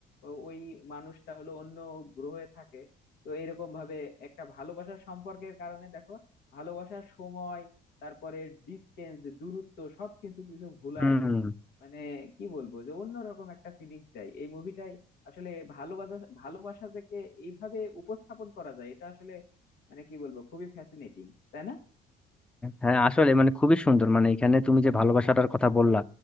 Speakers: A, on the left; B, in the centre.
A: ও- ওই মানুষটা হলো অন্য গ্রহে থাকে তো এরকম ভাবে একটা ভালোবাসার সম্পর্কের কারণে দেখো ভালোবাসার সময় তারপরে ডিস্টেন্স দূরত্ব সবকিছু কিছু ভুলায়
B: হুম
A: দেয় মানে কি বলবো যে অন্যরকম একটা ফিলিংস দেয় এই মুভিটাই আসলে ভালোবাসা ভালোবাসা থেকে এইভাবে উপস্থাপন করা যায় এটা আসলে মানে কি বলবো খুবই ফ্যাসিনেটিং তাই না
B: হ্যাঁ আসলে মানে খুবই সুন্দর মানে এখানে তুমি যে ভালোবাসাটার কথা বললা